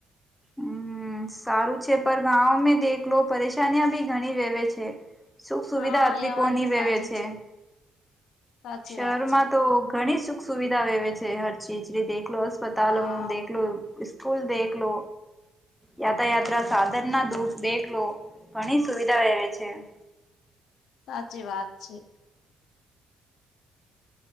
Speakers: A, in the centre; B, on the left.
A: ઉમ્મ. હમ્મ સારું છે પણ ગામાં દેલો પરેશની બી ઘણી રેવે છે. સુખ સુવિધા
B: હા
A: <unintelligible>
B: એ
A: કોની
B: વાત બી
A: વેવે
B: સાચી
A: છે.
B: સાચી
A: શહેરમાં
B: વાત છે
A: તો ઘણી સુખ સુવિધા વેવે છે હર ચીજ દેખલો લો અસ્પતાલ
B: હા
A: દેખલો સ્કૂલ દેખ લો યાતાયાત્રા સાધન ના દુઃખ દેખલો ઘણી સુવિધા વવે છે. <inaudible>
B: સાચી વાત છે.